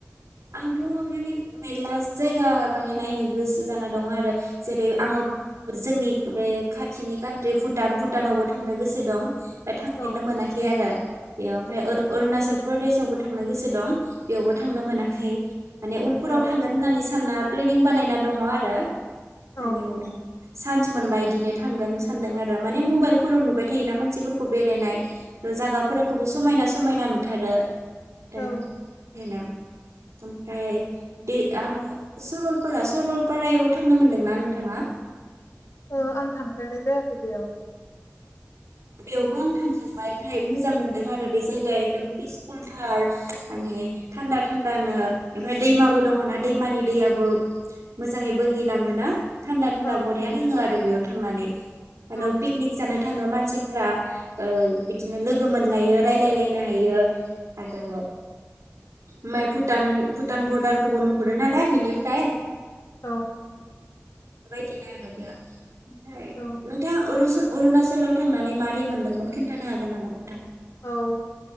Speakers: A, on the right; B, on the left.
A: आंथ मेने मेरला जायगा माने नायनो गोसो जाना दङ आरो जेरै आङो
B: औ
A: जोंनि अबे खाथिनि कान्ट्रि भुटान भुटानावबो थांनो गोसो दं। दा थांफेरनो
B: औ
A: मोनाखै आरो बेयाव फ्राय उर अरुणाचल प्रदेशआवबो थांनो गोसो दं बेयावबो थांनो मोना खै माने उनफोराव
B: औ
A: थांगोन होननानै सानना प्लेनिं बानायना दङ आरो
B: औ
A: माने उनाव सानसे मोनबा इदिनो थांगोन सानदों आरो माने मबाइलफोराव नुबाय थायोना मानसिफोरखौ बेरायनाय ओ जागाफोरखोबो समायना समायना नुथारो। दोन
B: औ
A: हेनाब। ओमफ्राय दे आङो सरलपारा सरलपारायाव थांनो मोनदोंना नोंथाङा?
B: ओ आं थांफेरनाय जायाखै बेयाव।
A: बेयावबो आं थांखांबाय ओमफ्राय मोजां मोनदों आरो बे जायगाया एकदम पिसफुलथार माने थान्दा थान्दानो ओमफ्राय दैमाबो दङ ना दैमानि दैयाबो मोजाङै बोहैलाङोना। थान्दा थान्दा
B: औ
A: बरिया नाङो आरो बेयाव। थांनानै नानौ
B: औ
A: पिकनिक जानो। थाङो मानसि फ्रा ओ-बिदिनो लोगो मोनलायो रायलायलायनो हायो आरो ओमाय भुटान भुटान बरदारखौबो नुहुरो नालाय बेनिफ्राय।
B: औ
A: दिनो आरो बेया ओमफ्राय
B: औ
A: नोंथाङा अरुस अरुणाचलाव थांनानै नों मारै मोनदोंमोन खोन्थानो हागोन नामा नोंथाङा?
B: औ ओ-